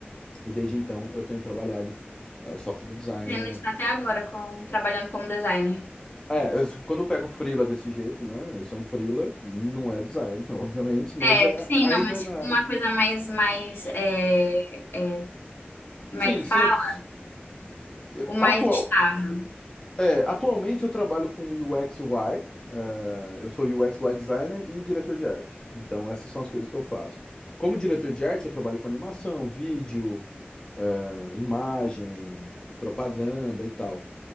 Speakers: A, on the left; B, on the left.
A: E desde então eu tenho trabalhado eh, só como designer.
B: Você Ainda está até agora com, trabalhando como designer.
A: É, eu- quando eu pego freela desse jeito, né? Esse é um freela, não é design, <laughs> obviamente, mas
B: É,
A: é
B: sim,
A: ainda
B: não, mas
A: na
B: tipo,
A: área.
B: uma coisa mais, mais, é, é, como
A: Sim,
B: é que fala?
A: sempre. eu-
B: O mais
A: Atual.
B: estável.
A: É, atualmente eu trabalho com UX UI. eh, eu sou UX UI designer e diretor de arte. Então, essas são as coisas que eu faço. Como diretor de arte, eu trabalho com animação, vídeo, eh, imagem, propaganda e tal.